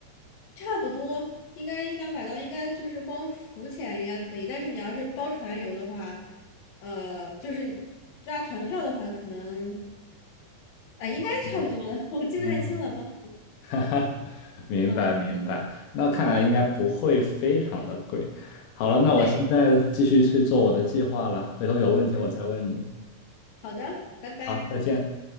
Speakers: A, on the left; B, on the left.
A: 差不多，应该一两百刀，应该就是光浮潜应该可以，但是你要是包船游的话，呃，就是抓船票的话，可能啊、应该差不多了，
B: 对，
A: <laughs> 我记不太清了吧。
B: 嗯，<laughs> 哈哈，明白明白，
A: 嗯，
B: 那看来应该不会非常的贵。好了，那我现在继续去做我的计划了，
A: 对，
B: 回头有问题我再问你。
A: 嗯，好的，拜拜。
B: 好，再见。